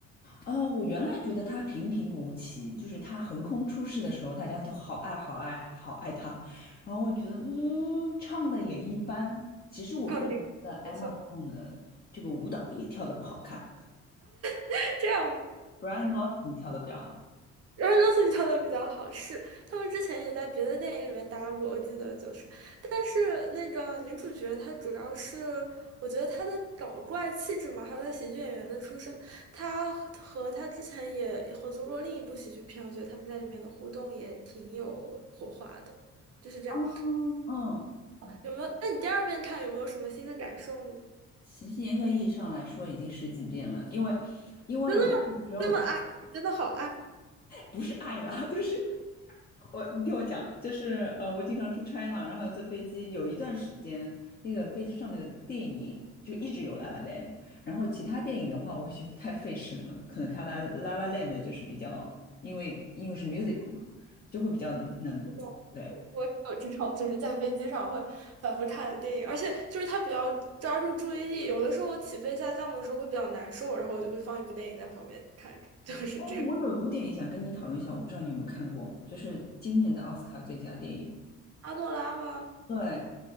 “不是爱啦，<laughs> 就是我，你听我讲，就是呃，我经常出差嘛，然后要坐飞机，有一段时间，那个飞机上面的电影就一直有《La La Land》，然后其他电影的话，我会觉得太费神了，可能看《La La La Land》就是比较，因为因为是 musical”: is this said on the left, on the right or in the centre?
Left